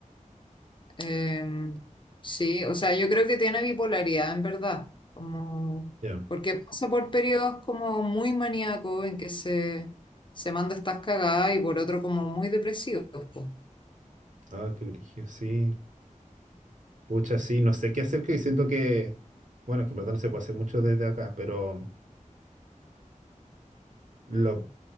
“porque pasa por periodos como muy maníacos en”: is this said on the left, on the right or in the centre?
Left